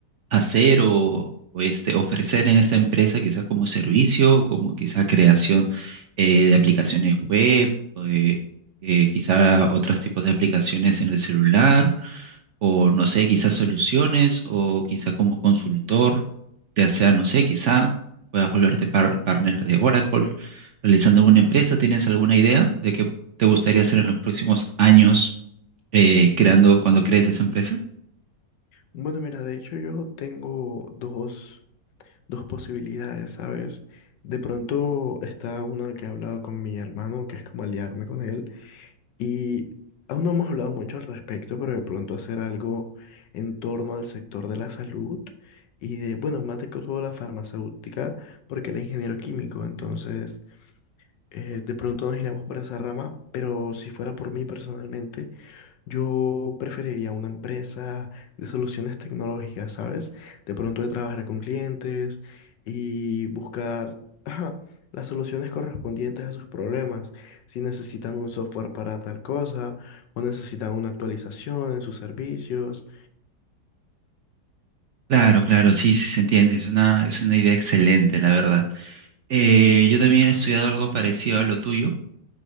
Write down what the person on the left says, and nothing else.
Bueno, mira, de hecho yo tengo dos, dos posibilidades, ¿sabes? De pronto está una que he hablado con mi hermano, que es como aliarme con él Y aún no hemos hablado mucho al respecto, pero de pronto hacer algo en torno al sector de la salud y de, bueno, más de que todo la farmacéutica, porque el ingeniero químico, entonces eh, de pronto nos iremos por esa rama, pero si fuera por mí personalmente. Yo preferiría una empresa de soluciones tecnológicas, ¿sabes? De pronto de trabajar con clientes y buscar, <laughs> ajá, las soluciones correspondientes a sus problemas. Si necesitan un software para tal cosa o necesitan una actualización en sus servicios.